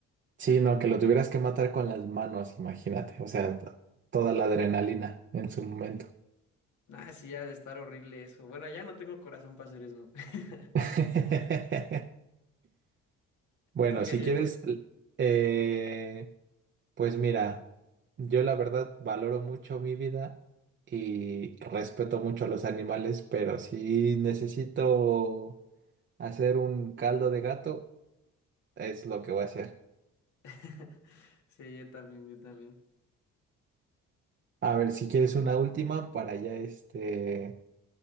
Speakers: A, on the right; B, on the left.
A: sino que lo tuvieras que matar con las manos, imagínate, o sea, t- toda la adrenalina en su momento.
B: Ah, sí, ha de estar horrible eso. Bueno, ya no tengo corazón para hacer eso. <laughs>
A: <laughs> Bueno,
B: ¿Tú qué
A: si
B: harías?
A: quieres, l- eh, pues mira, yo la verdad valoro mucho mi vida y respeto mucho a los animales, pero si necesito hacer un caldo de gato, es lo que voy a hacer.
B: <laughs> Sí, yo también, yo también.
A: A ver, si quieres una última para ya este,